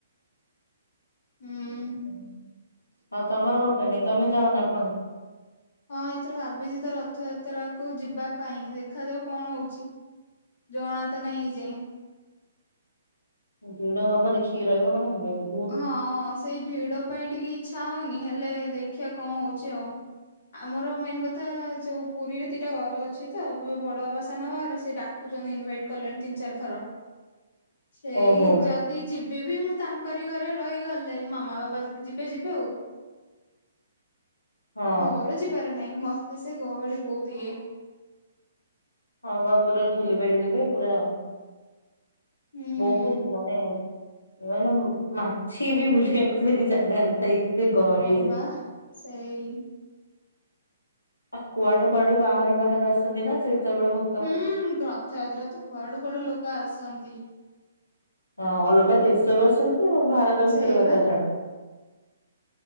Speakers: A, on the left; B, on the left.
A: ହୁଁ।
B: ହୁଁ ଆଉ ତମର କଣ ପ୍ଲାନିଂ? ତମେ ଯା ନା କଣ?
A: ହଁ ଏଥର ଭାବିଛି ତ ରଥଯାତ୍ରା କୁ ଯିବା ପାଇଁ। ଦେଖାଯାଉ କଣ ହଉଛି? ଜଣା ତ ନହିଁ ଏ ଯାଏଁ।
B: ଭିଡ ହବ ଦେଖିକି ରହିବ। ମାନେ ବହୁ
A: ହଁ ସେଇ ଭିଡ ପାଇଁ ଟିକେ ଇଚ୍ଛା ହଉନି। ହେଲେ ଦେଖିଆ କଣ ହଉଛି ଆଉ? ଆମର ମେନ୍ କଥା ଯୋଉ ପୁରୀରେ ଦିଇଟା ଘର ଅଛି ତ ବଡ଼ବାବା ସାନବାବାର ସେ ଡାକୁଛନ୍ତି ଇନଭାଇଟ୍ କଲେଣି ତିନି ଚାରି ଥର। ସେଇ
B: ଓହୋ
A: ଯଦି ଯିବି ବିି ମୁଁ ତାଙ୍କ କରି ଘରେ ରହିଗଲେ ମାମା ବାପା ଯଦି ଯିବେ ଯିବେ ଆଉ।
B: ହଁ
A: ମୋର ଯିବାର ନାହିଁ ମତେ ସେ ଗହଳି ବହୁତ ଇଏ।
B: ହଁ ପା ପୁରା ଠେଲି ପେଲି ଦେବେ ପୁରା
A: ହୁଁ।
B: ବହୁତ ମାନେ ମାନେ ମାଛିବି ବୁଲିବାକୁ ସେଠି ଜାଗା ନଥାଏ। ଏତେ ଗଳିରେ।
A: ହଁ ପା ସେଇ
B: ଆ କୁଆଡୁ କୁଆଡୁ ବାହାରୁ ବାହାରୁ ଆସନ୍ତି ନା ସେତବେଳୁକୁ
A: ହୁଁ ରଥଯାତ୍ରାରେ ତ କୁଆଡୁ କୁଆଡୁ ଲୋକ ଆସନ୍ତି?
B: ହଁ ଅଲଗା ଦେଶରୁ ଆସନ୍ତି ଆଉ ଭାରତ ଭିତରେ
A: ସେଇବା
B: କଥା ଛାଡ଼।